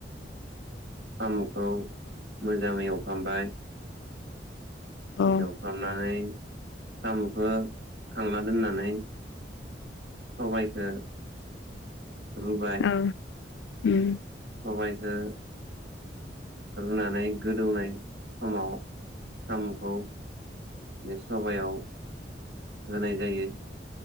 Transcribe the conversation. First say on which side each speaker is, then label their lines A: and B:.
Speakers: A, on the right (about 75°); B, on the left (about 85°).
A: सामुखौ मोजाङै एवफ्रामबाय
B: औ
A: एवफ्रामनानै साम'खौ खांना दोननानै सबायखौ रुबाय।
B: औ उम
A: सबायखौ रुनानै गोदौनाय समाव सामखौ बे सबायाव होनाय जायो।